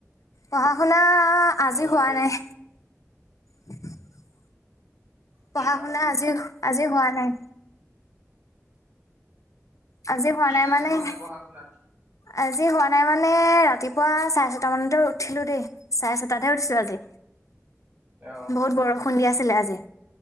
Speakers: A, on the left; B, on the right.
A: পঢ়া-শুনা আ-আজি
B: মোৰ ভালেই
A: হোৱা নাই। <unintelligible>
B: কি
A: পঢ়া-শুনা
B: কাৰণে
A: আজি-আজি হোৱা নাই। আজি হোৱা
B: কি
A: নাই,
B: কাৰণে
A: মানে-
B: হোৱা নাই পঢ়া শুনা
A: আজি হোৱা নাই মানে, ৰাতিপুৱা চাৰে-ছটামানতে উঠিলোঁ দেই। চাৰে-ছটাতহে উঠিছোঁ আজি।
B: অ
A: বহুত বৰষুণ দি আছিলে আজি।